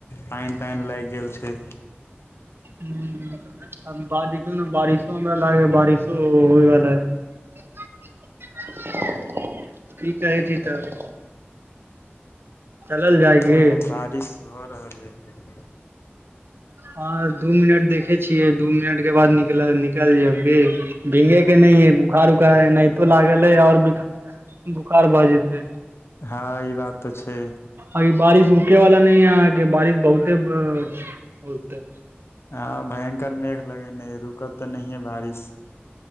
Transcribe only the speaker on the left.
पानि तानि लागि गेल छै
हँ बारिश भऽ रहल अछि
हँ ई बात तऽ छै
हँ भयंकर मेघ लगेने यै रुकत तऽ नहिये बारिश